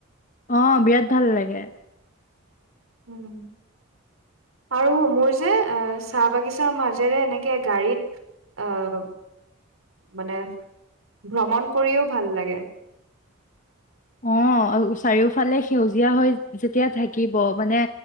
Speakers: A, on the left; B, on the right.
A: অ' বিৰাট ভাল লাগে।
B: উম আৰু মোৰ যে এ চাহ বাগিচাৰ মাজেৰে এনেকে গাড়ীত অহ মানে ভ্ৰমণ কৰিও ভাল লাগে।
A: অ' চাৰিওফালে সেউজীয়া হৈ যেতিয়া থাকিব মানে